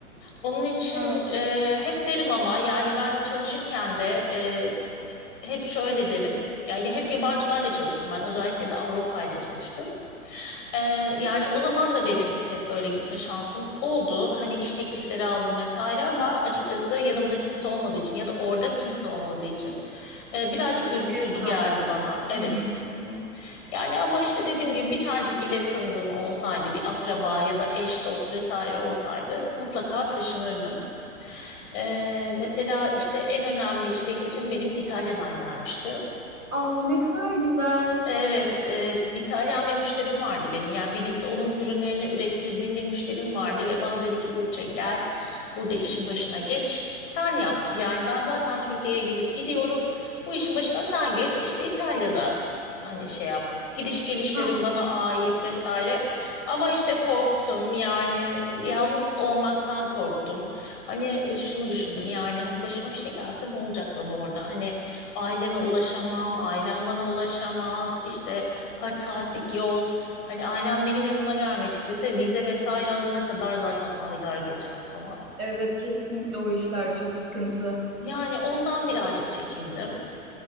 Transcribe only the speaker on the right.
Evet.
Cesaret.
Hı hı.
Aa ne kadar güzel.
Evet.
Hı hı.
Evet kesinlikle o işler çok sıkıntı.